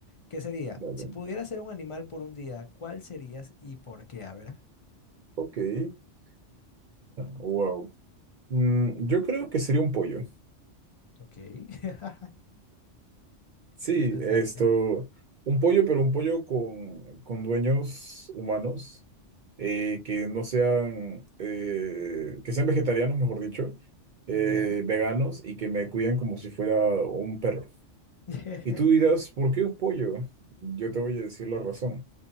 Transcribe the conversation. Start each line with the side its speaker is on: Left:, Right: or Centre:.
Left: que sería,
Right: Dale.
Left: si pudieras ser un animal por un día, ¿cuál serías y por qué? A ver.
Right: Ok. <laughs> Wow. Mm, yo creo que sería un pollo.
Left: Ok. <laughs>
Right: Sí,
Left: Interesante.
Right: esto. Un pollo, pero un pollo con, con dueños humanos. eh, que no sean. eh, que sean vegetarianos, mejor dicho. eh,
Left: Ya.
Right: veganos y que me cuiden como si fuera un perro.
Left: <laughs>
Right: Y tú dirás, ¿por qué un pollo? Yo te voy a decir la razón.